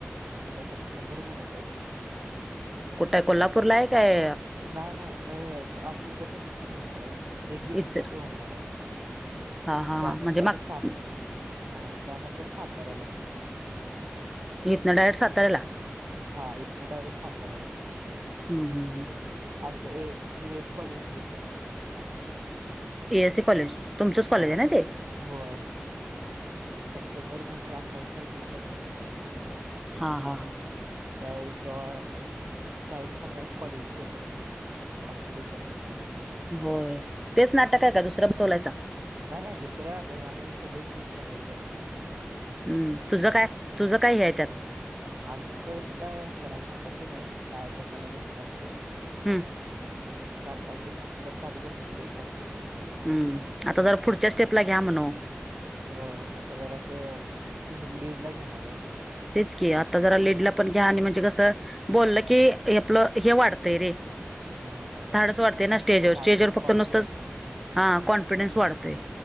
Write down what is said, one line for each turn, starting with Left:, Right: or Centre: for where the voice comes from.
Right: आता सप्टेंबर महिन्यात आहे. बहू
Centre: कुठे कोल्हापूरला आहे काय?
Right: नाही नाही इचलकरंजीतच होणार आहे. एक दिवसासाठी
Centre: इचर
Right: होणार आहे.
Centre: हा हा हा
Right: त्यानंतर
Centre: म्हणजे मग
Right: सात हा त्यानंतर साताऱ्याला होणार आहे.
Centre: हितन डायरेक्ट साताऱ्याला.
Right: हा हितन डायरेक्ट साताऱ्याला.
Centre: हम्म हम्म
Right: आमच्या ए ए एससी कॉलेजमध्ये होणार.
Centre: ए एस सी कॉलेज तुमचच
Right: हा
Centre: कॉलेज आहे ना ते
Right: होय सप्टेंबर महिन्यात अठ्ठावीस तारखेला कधी तर होणार आहे.
Centre: हां हां हां.
Right: त्यावेळेस तेव्हा चाळीस पन्नास कॉलेजेस येतात, एकदम कॉम्पिटिशन ला.
Centre: होय तेच नाटक आहे का दुसरा बसवलायसा.
Right: नाही नाही दुसरं आता या वेळेला सगळे थीम बदललेत सगळे,
Centre: हम्म तुझं काय तुझं काय हे येच्यात.
Right: अजून पर्यंत काय सरांन सांगितले नाहीत काय कशाला घेणार आहेत ते
Centre: हम्म
Right: आणि चार पाच दिवसानंतर चालू करतील की प्रॅक्टिस.
Centre: हम्म आता जरा पुढच्या स्टेपला घ्या म्हणाओ.
Right: हो आता जरास हे लीड ला घेणार आहेत.
Centre: तेच की आता जरा लीडला पण घ्या आणि म्हणजे कसं बोलल की हे आपलं हे वाढतंय रे.
Right: हा
Centre: धाडच वाढते ना स्टेजवर
Right: धाडस
Centre: स्टेजवर फक्त
Right: कॉन्फिडन्स
Centre: नुसतंच हा कॉन्फिडन्स वाढतय.